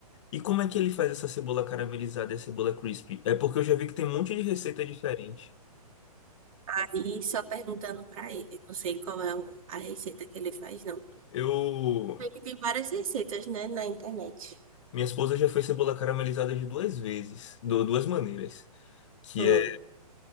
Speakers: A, on the left (about 50°); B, on the right (about 60°).
A: E como é que ele faz essa cebola caramelizada e a cebola crispy? É porque eu já vi que tem um monte de receita diferente.
B: Aí só perguntando pra ele, não sei qual é o- a receita que ele faz, não.
A: Eu,
B: Sei que tem várias receitas, né, na internet.
A: minha esposa já fez cebola caramelizada de duas vezes, de duas maneiras, que
B: Hum,
A: é